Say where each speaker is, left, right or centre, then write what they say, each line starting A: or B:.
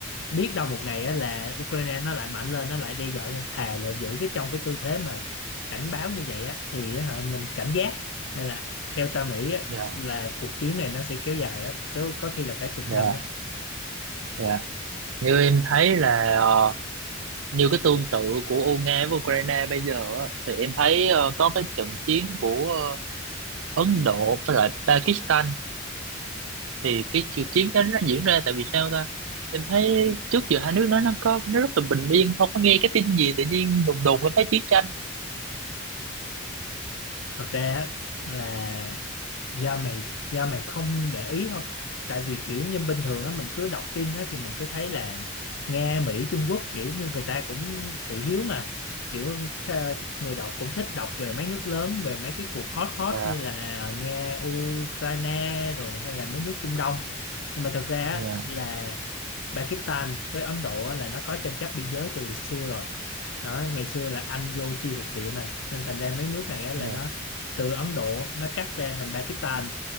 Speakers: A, on the left; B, on the right.
A: biết đâu một ngày á, là Ukraine nó lại mạnh lên nó lại đe dọa thà là giữ cái trong cái tư thế mà cảnh báo như vậy á thì á, hả, mình cảnh giác nên là theo tao nghĩ á,
B: Dạ,
A: là cuộc chiến này nó sẽ kéo dài đó kéo có khi là cả chục
B: dạ,
A: năm á
B: dạ. Như em thấy là ờ, như cái tương tự của Ô- Nga với Ukraine bây giờ á, thì em thấy ờ, có cái trận chiến của ờ, Ấn Độ với lại Pakistan thì cái cuộc chiến đó nó diễn ra tại vì sao ta em thấy trước giờ hai nước nó nó có nó rất là bình yên không có nghe cái tin gì tự nhiên đùng đùng em thấy chiến tranh
A: thật ra á, là do mày do mày không để ý thôi tại vì kiểu như bình thường á mình cứ đọc tin á thì mình cứ thấy là Nga Mỹ Trung Quốc kiểu như người ta cũng thị hiếu mà kiểu kha- người đọc cũng thích đọc về mấy nước lớn về mấy cái cuộc hot hot
B: Dạ,
A: như là Nga Ukraine rồi hay là mấy nước Trung Đông nhưng mà thật ra á,
B: dạ,
A: là Pakistan với Ấn Độ á, là nó có tranh chấp biên giới từ xưa rồi đó ngày xưa là Anh vô chia thuộc địa mà nên thành ra mấy nước này á, là
B: dạ,
A: nó từ Ấn Độ nó cắt ra thành Pakistan